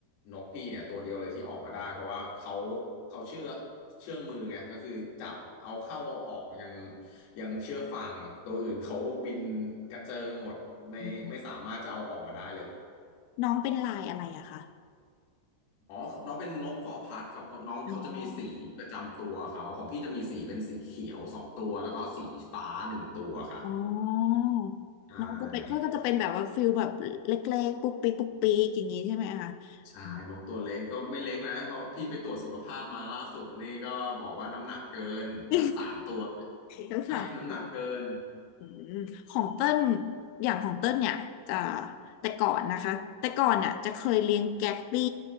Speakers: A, on the left (about 60°); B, on the left (about 85°).
A: นกพี่เนี่ยตัวเดียวเลยที่ออกมาได้เพราะว่าเขาเขาเชื่อเชื่องมือไงก็คือจับเอาเข้าเอาออกยังยังเชื่อฟังตัวอื่นเขาบินกระเจิงหมดไม่ไม่สามารถจะเอาออกมาได้เลย
B: มน้องเป็นลายอะไรอะคะ
A: อ๋อน้องเป็นนกฟอร์พัดครับเพราะน้องเขาจะมีสีประจำตัวเขาของพี่จะมีสีเป็นสีเขียวสองตัวแล้วก็สีฟ้าหนึ่งตัวค่ะ
B: อ๋อ อ๋อ
A: ใช่
B: น้องก็เป็นก็ก็จะเป็นแบบว่าฟิลแบบเล็กๆปุ๊กปี๊กปุ๊กปี๊กอย่างนี้ใช่ไหมคะ
A: ใช่นกตัวเล็กก็ไม่เล็กนะเพราะพี่ไปตรวจสุขภาพมาล่าสุดนี่ก็บอกว่าน้ำหนักเกินทั้งสามตัวเลย
B: อืม <laughs> ทั้งสามตัว
A: ใช่น้ำหนักเกิน
B: อืมของเต้นอย่างของเต้นเนี่ยจะแต่ก่อนนะคะแต่ก่อนเนี่ยจะเคยเลี้ยงแก๊กบี้